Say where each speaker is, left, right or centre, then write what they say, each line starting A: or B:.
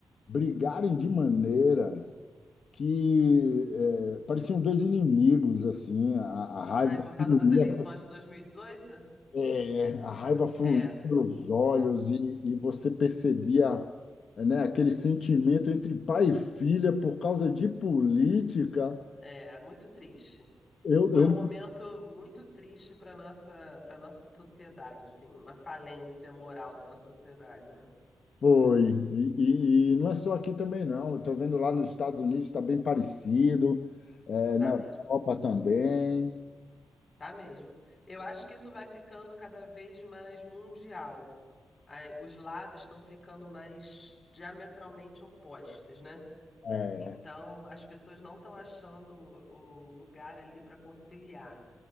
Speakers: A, on the left; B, on the left.
A: brigarem de maneira que eh, pareciam dois inimigos, assim. A, a raiva
B: Ah, é por causa
A: fluía,
B: das eleições de dois mil e dezoito,
A: eh, a raiva fluía
B: É,
A: pelos olhos e, e você percebia, né, aquele sentimento entre pai e filha por causa de política.
B: é, muito triste.
A: Eu,
B: Foi
A: eu
B: um momento muito triste para nossa, para nossa sociedade, assim, uma falência moral da nossa sociedade, né?
A: Foi. E, e- e não é só aqui também, não. Eu estou vendo lá nos Estados Unidos está bem parecido, é,
B: Tá
A: na
B: mesmo,
A: Europa também.
B: tá mesmo. Eu acho que isso vai ficando cada vez mais mundial. Ah, Os lados estão ficando mais diametralmente opostos, né?
A: É,
B: Então, as pessoas não estão achando o lugar ali para conciliar.